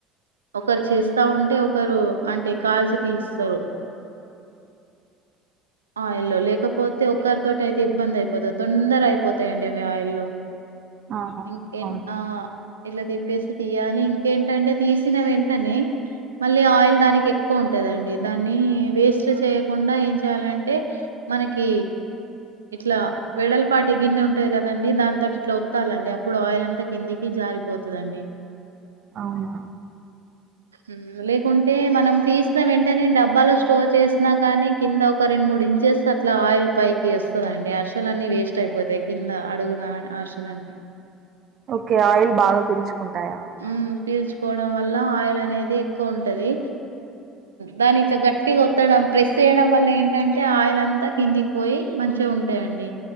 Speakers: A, on the right; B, on the right.
A: ఒకరు చేస్తా ఉంటే ఒకరు అంటే కాల్చి తీస్తారు ఆయిల్లో లేకపోతే ఒకరితోటి అయితే ఇబ్బంది అయిపోతుంది తొందర అయిపోతాయండి అవి ఆయిల్లో
B: ఆహా
A: ఇంక
B: అవునా
A: ఆ ఇలా దీప్ దింపేసి తీయాలి ఇంకేంటంటే తీసిన వెంటనే మళ్ళీ ఆయిల్ దానికి ఎక్కువ ఉంటదండి దాన్ని వేస్ట్ చేయకుండా ఏం చేయాలం టే మనకి ఇట్లా వెడలపాటి గిన్నె ఉంటది కదండి దానితోటి ఇట్లా ఓత్తాలండి అప్పుడు ఆయిల్ అంతా కిందికి జారీ పోతదండి
B: అవునా
A: ఉహూ లేకుంటే మనం తీసిన వెంటనే డబ్బాలో స్టోర్ చేసిన కానీ కింద ఒక రెండు మూడు ఇంచెస్ అట్లా ఆయిల్ పైకి వస్తదిండి అరీసేలు అన్నీ వేస్ట్ అయిపోతాయి కింద అడుగు చలండి
B: ఓకే ఆయిల్ బాగా పీల్చుకుంటాయా
A: హ్మ్. పీల్చుకోవడం వల్ల ఆయిల్ అనేది ఎక్కువ ఉంటది దాని ఇట్లా గట్టిగా వోత్తడం ప్రెస్ చేయడం వల్ల ఏంటి అంటే ఆయిల్ అంతా కిందికి పోయి మంచిగా ఉంటాయండి